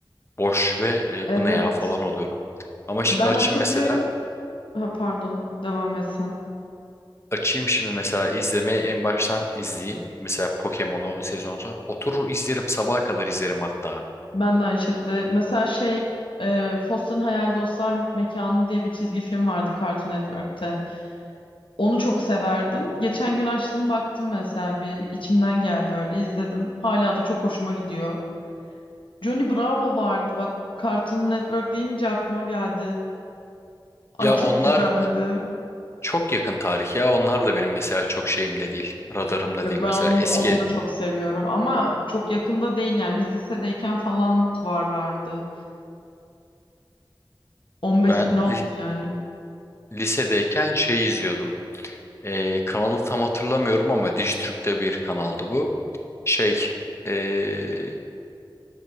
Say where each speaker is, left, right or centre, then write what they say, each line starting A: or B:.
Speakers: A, on the left (about 30°); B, on the left (about 80°).
A: boş ve e,
B: Evet.
A: bu ne ya falan oluyorum. Ama şimdi
B: Ya ben
A: açayım
B: hatırlıyorum.
A: mesela.
B: Ha, pardon, devam et sen.
A: Açayım şimdi mesela izlemeye en baştan izleyeyim. Mesela Pokemon'u sezon sonu. Oturur izlerim sabaha kadar izlerim hatta.
B: Ben de aynı şekilde. Mesela şey, e, Foster'ın Hayal Dostlar Mekanı diye bir çizgi film vardı Cartoon Network'te. Onu çok severdim. Geçen gün açtım baktım mesela bir içimden geldi öyle izledim. Hala da çok hoşuma gidiyor. Johnny Bravo vardı bak Cartoon Network deyince aklıma geldi. Ay
A: Ya
B: çok
A: onlar
B: güzeldi.
A: çok yakın tarih ya onlar da benim mesela çok şeyimde değil. Radarımda
B: Yok
A: değil mesela.
B: ben onu,
A: Eski
B: onu da çok seviyorum ama çok yakında değil yani biz lisedeyken falan varlardı. 15
A: ben
B: sene oldu
A: li-
B: yani.
A: lisedeyken şey izliyordum. Ee, kanalı tam hatırlamıyorum ama Dijitürk'te bir kanaldı bu. Şey ee,